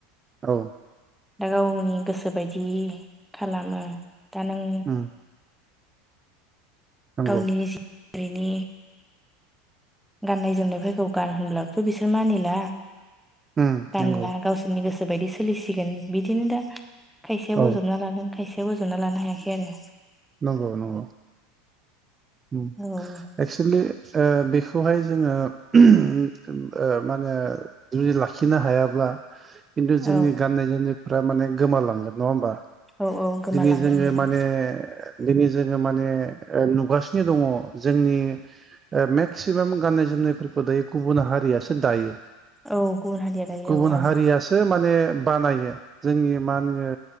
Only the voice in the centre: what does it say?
दा गावनि गोसो बायदि खालामो दा नों
गावनि जिरिनि गाननाय जोमनायफोरखौ गान होनब्लाबोथ' बिसोर मानिला
गानला
गावसोरनि गोसो बायदि सोलिसिगोन बिदिनो दा खायसेया
बोजबना लादों खायसेया बोजबना लानो हायाखै आरो।
आरो
औ
औ औ गोमालांगोन
बेनि
औ गुबुन हारिया दायो
औ आरो